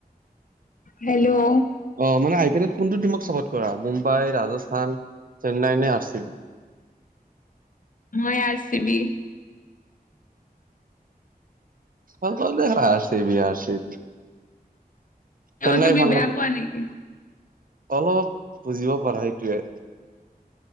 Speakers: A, on the left; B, on the right.
A: হেল্ল'
B: অ মানে আই পি এলত কোনটো টিমক চাপৰ্ট কৰা মুম্বাই, ৰাজস্থান, চেন্নাই নে আৰ চি বি?
A: মই আৰ ছি বি।
B: অকল R C B R C B. চেন্নাই
A: অ তুমি
B: ভাল
A: বেয়া
B: নোপোৱা?
A: পোৱা নেকি?
B: অলপ বুজিব পাৰা সেইটোয়ে।